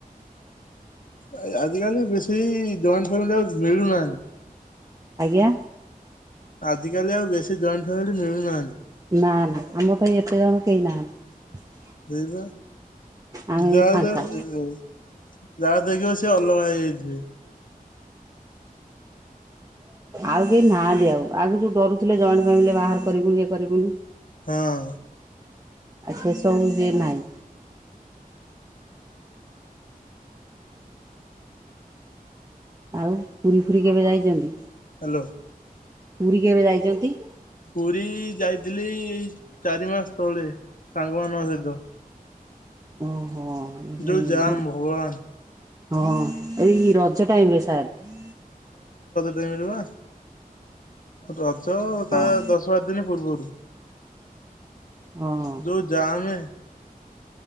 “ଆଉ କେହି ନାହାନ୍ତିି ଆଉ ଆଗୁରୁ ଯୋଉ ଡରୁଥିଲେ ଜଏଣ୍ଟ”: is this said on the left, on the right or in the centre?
Right